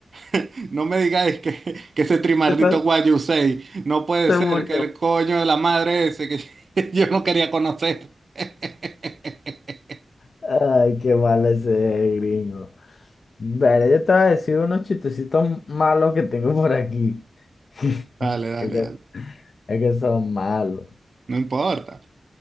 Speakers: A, on the right (about 55°); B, on the left (about 65°).
A: <laughs> No me digáis que, que ese trimardito
B: tal?
A: What you say. No puede
B: Se
A: ser
B: murió.
A: que el coño de la madre ese que <laughs> yo no quería conocer. <laughs>
B: Ay, qué mal ese gringo. Vale, yo te voy a decir unos chistecitos malos que tengo por aquí. <laughs>
A: Dale, dale,
B: Es que,
A: dale.
B: es que son malos.
A: No importa.